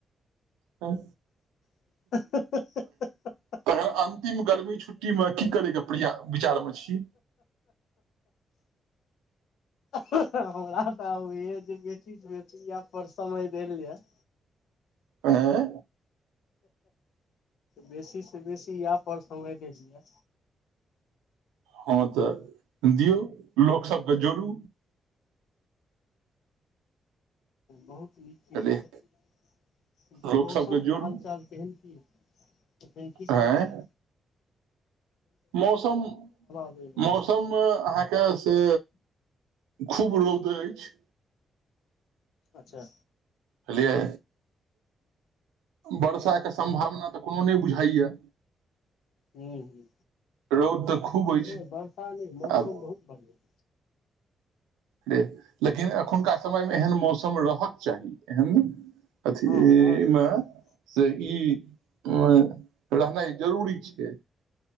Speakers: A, on the right (about 80°); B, on the left (about 75°).
A: हँ
B: <unintelligible>
A: तखन अंतिम गर्मी छुट्टी में की करैके प्रया विचार में छी
B: हमरा तऽ आब होइया जे बेसी स बेसी एह परसमय देल जाय
A: एं
B: बेसी से बेसी इएह पर समय देल जए
A: हँ तऽ दियौ लोकसभके जोड़ू
B: बहुत नीक चीज
A: रेह
B: छै
A: लोकसभकेँ
B: मौसम
A: जोड़ू
B: के हाल चाल केहन की तखिन कि कहै
A: आँय
B: छै
A: मौसम
B: बहि रहल
A: मौसम
B: अछि
A: अहाँ के से खूब रौद अछि
B: अच्छा
A: बुझलियै वर्षाके सम्भावना तऽ कोनो नहि बुझाइए
B: हूं हूं
A: रौद तऽ खूब अछि
B: नै बर्षा नै मौसम
A: आब
B: बहुत बढ़िआँ
A: र लेकिन एखनुका समय में एहन मौसम रहक चाही एहन अथी
B: हँ रहक
A: में
B: चाही
A: से ई अ रहनाइ जरूरी छै